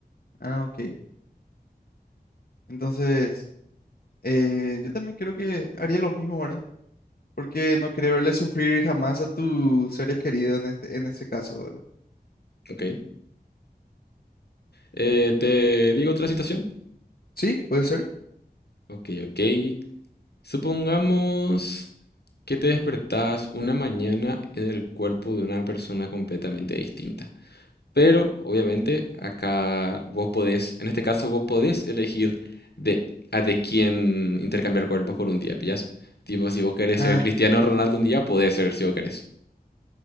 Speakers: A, on the left; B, on the left.
A: Ah, ok. Entonces, eh, yo también creo que haría lo mismo, ¿verdad? Porque no quería verle sufrir jamás a tus seres queridos en este, en ese caso, ¿verdad?
B: Ok. Eh, ¿te digo otra situación?
A: Sí, puede ser.
B: Ok, ok. Supongamos que te despertás una mañana en el cuerpo de una persona completamente distinta. Pero obviamente acá vos podés, en este caso vos podés elegir de, a de quién intercambiar cuerpos por un día, ¿pillas? Tipo, si vos querés
A: Ah,
B: ser Cristiano Ronaldo un día, podés ser si vos querés.